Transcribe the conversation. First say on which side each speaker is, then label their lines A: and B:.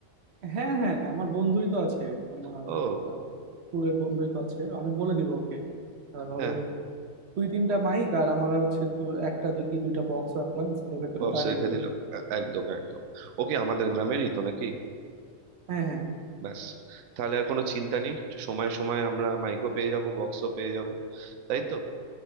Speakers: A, on the right; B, on the right.
A: হ্যাঁ হ্যাঁ আমার বন্ধুই তো আছে তোমার
B: ও
A: আহ, স্কুলের বন্ধুই তো আছে আমি বলে দিব ওকে আহ, ধরো
B: হ্যাঁ
A: দুই তিনটা মাইক আর আমরা হচ্ছে দু- একটা দুই কি দুইটা বক্স রাখলাম স্কুলের ভেতরে
B: বক্স
A: তাহলেই
B: রেখে
A: হয়ে
B: দিল
A: যাবে
B: আ- একদম একদম ওকে আমাদের গ্রামেরই তো নাকি
A: হ্যাঁ হ্যাঁ
B: ব্যাস তাহলে আর কোনো চিন্তা নেই সময় সময় আমরা মাইকও পেয়ে যাব বক্সও পেয়ে যাব তাই তো